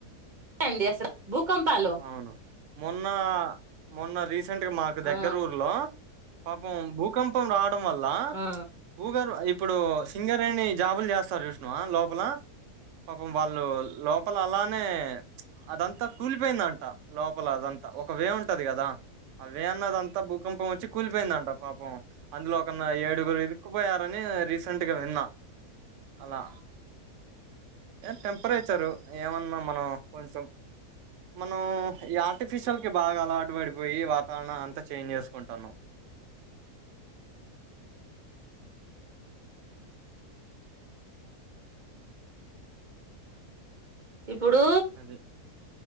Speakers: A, on the right; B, on the right.
A: డి అసలు భూకంపాలు
B: అవును మొన్న మొన్న రీసెంట్గా మాకు దగ్గర
A: ఆ
B: ఊర్లో పాపం భూకంపం రావడం వల్ల
A: ఆ
B: భూగర్ ఇప్పుడు సింగరెని జాబులు చేస్తారు విష్ణవా లోపల పాపం వాళ్ళు లోపల అలానే అదంతా కూలి పోయిందంట లోపల అదంతా ఒక వే ఉంటది కదా ఆ వే అన్నదంతా భూకంపం వచ్చి కూలిపోయిందంట పాపం అందులో ఒక ఏడుగురు ఎరుక్కుపోయారని ర సెంట్గా విన్నా అలా టెంపరేచరు ఏమన్నా మనం కొంచెం మనం ఈ ఆర్టిఫిషియల్ కి బాగా అలవాటు పడిపోయి వాతావరణం అంతా చేంజ్ చేసుకుంటాన్నాం
A: ఇప్పుడు
B: అదే